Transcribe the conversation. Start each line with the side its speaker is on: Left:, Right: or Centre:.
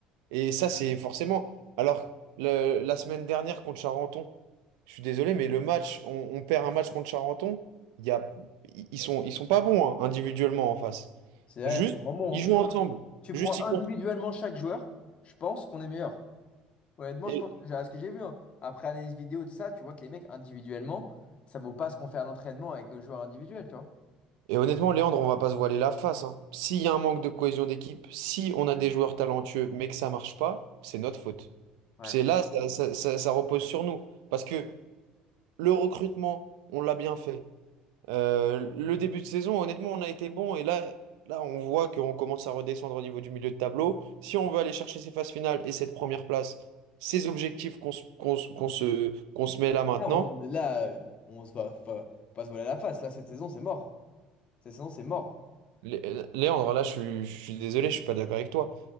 Right: Et ça, c'est forcément. Alors, le- la semaine dernière contre Charenton, je suis désolé, mais le match, on, on perd un match contre Charenton. Il y a, ils sont, ils sont pas bons hein, individuellement en face.
Left: C'est ouais,
Right: Juste,
Left: c'est vraiment bon.
Right: ils jouent
Left: hein.
Right: ensemble.
Left: Tu prends
Right: Juste, ils
Left: individuellement chaque joueur, je pense qu'on est meilleur. Honnêtement,
Right: jouent.
Left: je pense que j'ai- à ce que j'ai vu. hein. Après analyse vidéo, de ça, tu vois que les mecs individuellement, ça vaut pas ce qu'on fait à l'entraînement avec nos joueurs individuels, tu vois.
Right: Et honnêtement, Léandre, on va pas se voiler la face, hein. S'il y a un manque de cohésion d'équipe, si on a des joueurs talentueux mais que ça marche pas, c'est notre faute.
Left: Ouais.
Right: C'est là, ça, ça- ça- ça repose sur nous. Parce que le recrutement, on l'a bien fait. Euh, le début de saison, honnêtement, on a été bon. Et là, là, on voit qu'on commence à redescendre au niveau du milieu de tableau. Si on veut aller chercher ces phases finales et cette première place, ces objectifs qu'on se qu'on se- qu'on se- qu'on se met là maintenant,
Left: Là, on, là, euh, on se va, fa- faut pas se voiler la face. Là, cette saison, c'est mort. Cette saison, c'est mort.
Right: Lé- euh, Léandre, là, je suis, je suis désolé, je suis pas d'accord avec toi.